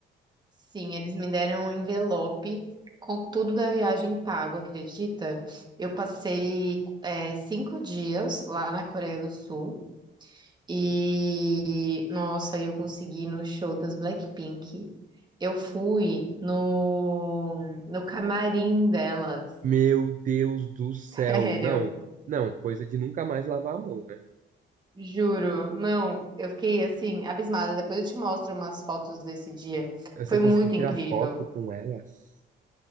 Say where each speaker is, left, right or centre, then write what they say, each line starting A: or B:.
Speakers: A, on the right; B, on the right.
A: sim, eles me deram um envelope com tudo da viagem pago, acredita? Eu passei, é, cinco dias lá na Coreia do Sul e, nossa, aí eu consegui ir no show das Blackpink. Eu fui no, no camarim delas,
B: Meu Deus do céu.
A: <laughs> sério.
B: Não, não, coisa de nunca mais lavar a mão, né?
A: Juro, não, eu fiquei assim, abismada. Depois eu te mostro umas fotos desse dia.
B: Você
A: Foi
B: conseguiu
A: muito
B: tirar
A: incrível
B: foto com elas?